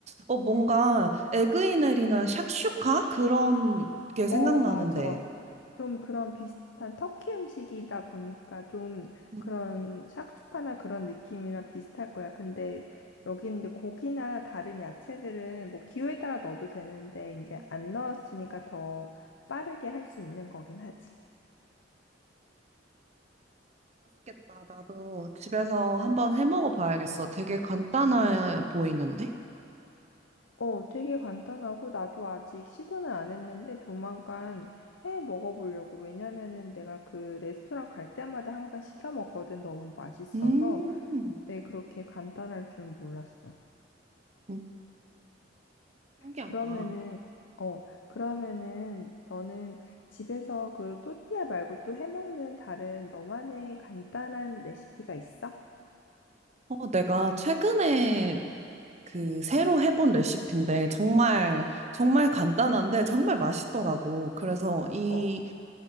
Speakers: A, on the right; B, on the left.
A: 어, 뭔가 에그이넬이나 샥슈카 그런 게
B: 어,
A: 생각나는데.
B: 맞아. 좀 그런 비슷한 터키 음식이다 보니까 좀
A: 음.
B: 그런 샥슈카나 그런 느낌이랑 비슷할 거야. 근데 여기는 이제 고기나 다른 야채들은 뭐 기호에 따라 넣어도 되는데 이제
A: 음,
B: 안 넣었으니까 더 빠르게 할 수 있는 거긴 하지.
A: 맛있겠다. 나도 집에서 한번 해 먹어 봐야겠어. 되게 간단해 보이는데?
B: 어, 되게 간단하고 나도 아직 시도는 안 했는데 조만간 해 먹어보려고. 왜냐면은 내가 그 레스토랑 갈 때마다 항상 시켜 먹거든. 너무 맛있어서.
A: 음,
B: 근데 그렇게 간단할 줄 몰랐어.
A: 음. 신기하다.
B: 그러면은 어, 그러면은 너는 집에서 그 또띠아 말고 또 해 먹는 다른 너만의 간단한 레시피가 있어?
A: 어, 내가 최근에 그 새로 해본 레시피인데 정말 정말 간단한데 정말 맛있더라고. 그래서 이
B: 어,